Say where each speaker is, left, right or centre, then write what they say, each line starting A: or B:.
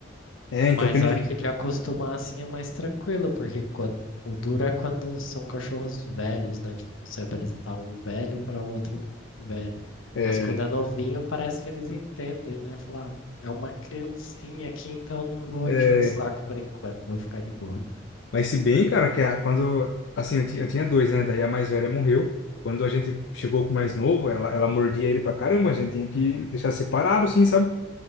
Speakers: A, on the left; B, on the left.
A: É, então,
B: Mas
A: que nem.
B: acho que de acostumar assim é mais tranquilo, porque quando, o duro é quando são cachorros velhos, né? Tipo, você apresentar um velho para outro velho.
A: É,
B: Mas quando é novinho, parece que eles entendem, né? Falar, "Ah, é uma criancinha aqui, então não vou
A: é,
B: encher o saco por enquanto, vou ficar de boa.
A: Mas se bem, cara, que a, quando... Assim, eu, ti- eu tinha dois, né? Daí a mais velha morreu. Quando a gente chegou com o mais novo, ela, ela mordia ele pra caramba. A gente tinha que deixar separado, assim, sabe?